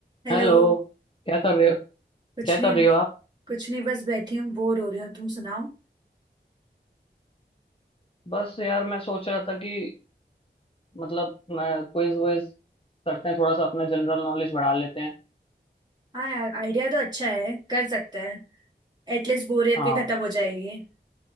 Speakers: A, on the right; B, on the left.
A: Hello
B: Hello क्या कर रहे हो
A: कुछ
B: क्या कर
A: नहीं
B: रही हो आप
A: कुछ नहीं बस बैठी हूँ बोर हो रही हूँ तुम सुनाओ
B: बस यार मैं सोच रहा था कि मतलब मैं क्विज वुइज करते हैं थोड़ा सा अपना जनरल नॉलेज बढ़ा लेते हैं
A: हाँ यार आइडिया तो अच्छा है कर सकते हैं एटलीस्ट बोरियत
B: हाँ
A: भी खत्म हो जाएगी